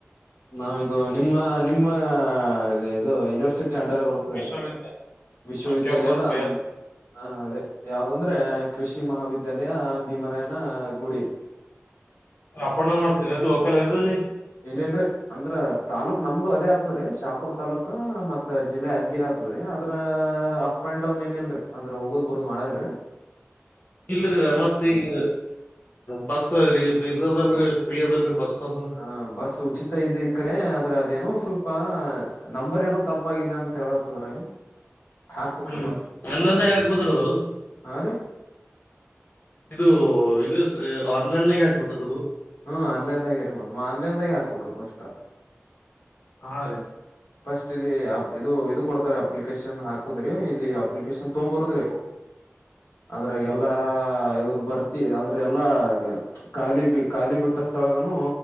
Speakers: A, on the left; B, on the left.
A: ನಾವ ಇದು ನಿಮ್ಮ ನಿಮ್ಮ. ಹಗ ಇದು ಯೂನರ್ವಸಿಟ್. ಕ್ಕೆ ಅಂಡರ್ ಬರತ್ವರೆ
B: ವಿಶ್ವವಿದ್ಯಾಲಯ
A: ವಿಶ್ವವಿದ್ಯಾಲಯದ
B: ಸಬ್ ಕ್ಯಾಂಪಸ್
A: ಅನ್ ಹ ಅವೇ ಯಾವ್ದು ಅಂದ್ರೇ ಕೃಷಿ ಮಹಾವಿದ್. ದಲೆಯಾ ಭೀಮರಾಯನ ಗುಡಿ.
B: ಅಪ್ ಅಂಡ ಡೌನ್ ಮಾಡ್ತೀರಿನಲೋಕಲ್ ಎದ್ರಲ್ಲಿ.
A: ಇಲ್ಲೇ ಇಲ್ಲದ್ರಿ ಅಂದ್ರ ತಾಲೂಕ್ ನಮ್ದು ಅದೇ ಆತದ್ರೀ ಶಾಪುರ್ ತಾಲೂಕ ಮತ್ತ ಜಿಲ್ಲಾ ಯಾದಗಿರಿ ಆತದ್ರೀ ಆದ್ರ ಅ ಅ ಅಪ್ ಆಂಡ್ ಡೌನ್ ಏನ ಇಲ್ರರಿ ಅಂದ್ರ ಹೋಗೋದ್ ಬರುದ್ ಮಾಡಲ್ರಿ.
B: ಇಲ್ರಿರ ಮತ್ತು ಈಗ ಬಸ್ಸು ರೀ ಫೀದುದಲ್ರಿ. ಫ್ರೀ ಅದಲ್ರೀ ಬಸ್. ಪಾಸ್
A: ಹ ಬಸ್ ಉಚಿತ ಇದ್ದಿದ್ ಕರೆ ಆದ್ರ ಅದೇನು ಸ್ವಲ್ಪ. ಪ್ಪಾ ನಂಬರ್ ಏನೋ ತಪ್ಪಾಆಗಿದೆ ಅಂತ ಹೇಳುತದ್ರೇ. ಹಾಕ್ಬೇಕ್
B: ಹ್ಮ್
A: ರೀ ಬಸ್
B: ಆನ್ಲೈನ್ಗ ಹಾಕ್ಬೋದ್ರ ಅದು
A: ಹಾ ರೀ.
B: ಇದು ಯೂನುಸ್ ಎ ಆನ್ಲೈನ್ ನ್ನಿಗೆಹಾಕ್ ಬದರುದು.
A: ಹ್ಮ್ ಆನ್ಲೈನ್ದಾಗೆ ಇರಿಮದ ಮಾ ಆನ್ಲೈನ್ದಾಗೆ ಹಾಕ್ಬೇಕರೀ ಪಸ್ಟಾ.
B: ಹಾ ರೀ.
A: ಫಸ್ಟ್ ಇಲ್ಲಿ ಅಪ್ ಇದು ಇದು ಕೊಡ್ತಾರೆ ಅಪ್ಲಿಕೇಶನ್ ಹಾಕುದ್ರಿ ಇಲ್ಲಿ ಅಪ್ಲಿಕೇಶನ್ ತೊಂಬ ಬರುದ್ರಿ. ಆದ್ರಾಗ
B: ಹ್ಮ್
A: ಎಲ್ಲಾ ಇವುಬ್. ಬರ್ತಿ ಅಂದ್ರೆ ಎಲ್ಲಾ ಗ ಖಾಲಿ ಬಿ ಖಾಲಿ ಬಿಟ್ಟ ಸ್ಥಳಗನು